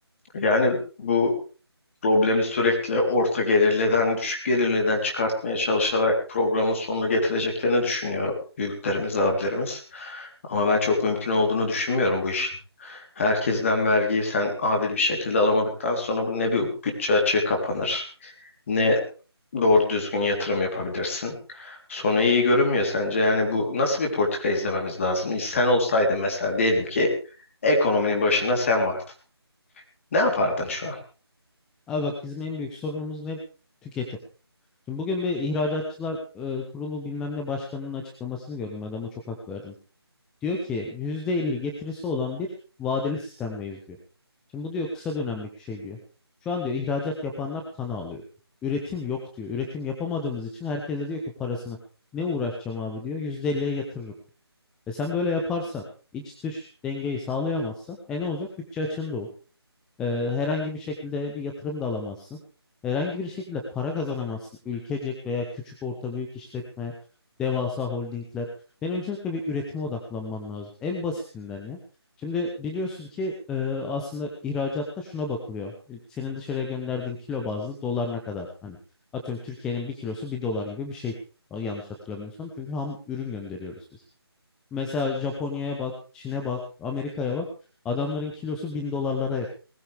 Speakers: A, on the left; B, in the centre.
A: Yani bu Problemi sürekli orta gelirliden, düşük gelirliden çıkartmaya çalışarak programın sonunu getireceklerini düşünüyor büyüklerimiz, abilerimiz. Ama ben çok mümkün olduğunu düşünmüyorum bu işin. Herkesten vergiyi sen adil bir şekilde alamadıktan sonra bu ne bir bütçe açığı kapanır, ne doğru düzgün yatırım yapabilirsin. Sonu iyi görünmüyor sence. Yani bu nasıl bir politika izlememiz lazım? Sen olsaydın mesela diyelim ki ekonominin başına sen vardın. Ne yapardın şu an?
B: Abi bak bizim en büyük sorunumuz ne? Tüketim. Şimdi bugün bir ihracatçılar e, kurulu bilmem ne başkanının açıklamasını gördüm. Adama çok hak verdim. Diyor ki %50 getirisi olan bir vadeli sistemdeyiz diyor. Şimdi bu diyor kısa dönemlik bir şey diyor. Şu an diyor ihracat yapanlar kana alıyor. Üretim yok diyor. Üretim yapamadığımız için herkes de diyor ki parasını ne uğraşacağım abi diyor. yüzde elliye yatırırım. diyor. E sen böyle yaparsan iç dış dengeyi sağlayamazsan e ne olacak? Bütçe açığında olur. Ee, herhangi bir şekilde bir yatırım da alamazsın. Herhangi bir şekilde para kazanamazsın. Ülkecek veya küçük orta büyük işletme, devasa holdingler. Senin öncelikle bir üretime odaklanman lazım. En basitinden ya. Şimdi biliyorsun ki e, aslında ihracatta şuna bakılıyor. E, Senin dışarıya gönderdiğin kilo bazlı dolar ne kadar? Hani atıyorum Türkiye'nin bir kilosu bir dolar gibi bir şey. A- Yanlış hatırlamıyorsam. Çünkü ham ürün gönderiyoruz biz. Mesela Japonya'ya bak, Çin'e bak, Amerika'ya bak. Adamların kilosu bin dolarlara